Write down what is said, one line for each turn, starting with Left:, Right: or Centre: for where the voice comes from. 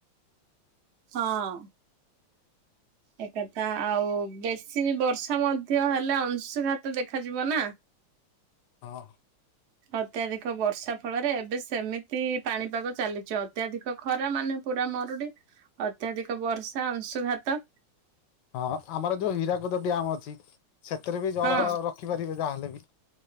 Right: ହଁ। ଏକଥା ଆଉ ବେଶୀ ବର୍ଷା ମଧ୍ୟ ହେଲେ ଅଂଶୁଘାତ ଦେଖାଯିବ ନା।
Left: ହଁ।
Right: ଅତ୍ୟଧିକ ବର୍ଷା ଫଳରେ ଏବେ ସେମିତି ପାଣିପାଗ ଚାଲିଛି ଅତ୍ୟଧିକ ଖରା ମାନେ ପୁରା ମରୁଡି ଅତ୍ୟାଧିକ ବର୍ଷା ଅଂଶୁଘାତ।
Left: ହଁ ଆମର ଯୋଉ ହୀରାକୁଦ ଡ୍ୟାମ୍ ଅଛି। ସେଥିରେ ବି ଜଳ
Right: ହଁ
Left: ରଖିପାରିବେ ଯାହାହେଲେ ବି।